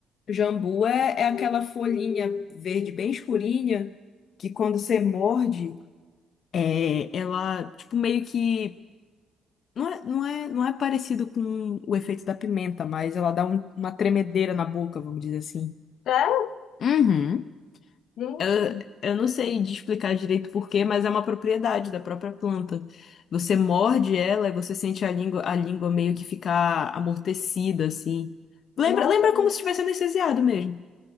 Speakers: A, on the left; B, on the left.
A: Jambu é, é aquela folhinha verde bem escurinha que quando você morde, é, ela, tipo, meio que. Não é, não é, não é parecido com o efeito da pimenta, mas ela dá um- uma tremedeira na boca, vamos dizer assim.
B: É?
A: Uhum.
B: Gente,
A: Eu, eu não sei de explicar direito por quê, mas é uma propriedade da própria planta. Você morde ela e você sente a língua, a língua meio que ficar amortecida, assim. Lembra,
B: nossa,
A: lembra
B: que
A: como se estivesse anestesiado mesmo.